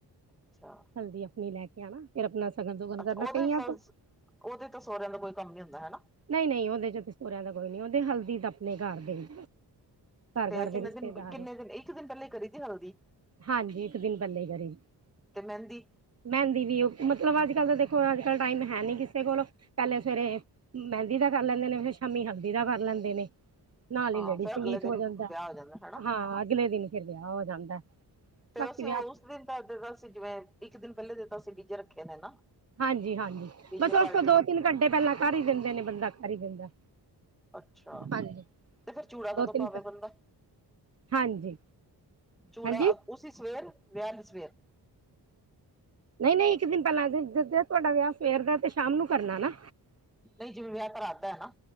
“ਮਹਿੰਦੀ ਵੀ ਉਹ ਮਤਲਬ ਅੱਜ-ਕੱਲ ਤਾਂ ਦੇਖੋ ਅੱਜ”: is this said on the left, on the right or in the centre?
Right